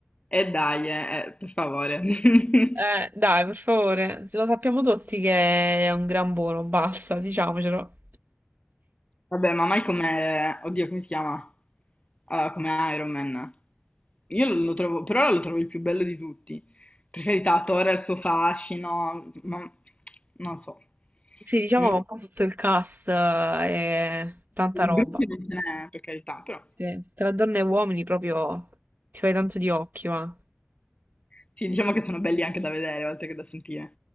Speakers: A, on the left; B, on the right.
A: e dai, eh, eh, per favore. <laughs>
B: dai, per favore, lo sappiamo tutti che è un gran buono, basta, diciamocelo.
A: Vabbè, ma mai come... Oddio, come si chiama? Allora, come Iron Man. Io lo trovo, per ora lo trovo il più bello di tutti. Per carità, Thor ha il suo fascino, ma non so.
B: Sì, diciamo
A: Mi-
B: che un po' tutto il cast eh, è tanta roba.
A: Brutti non ce n'è, per carità, però.
B: Sì, Tra donne e uomini proprio ti fai tanto di occhi, va.
A: Sì, diciamo che sono belli anche da vedere, oltre che da sentire.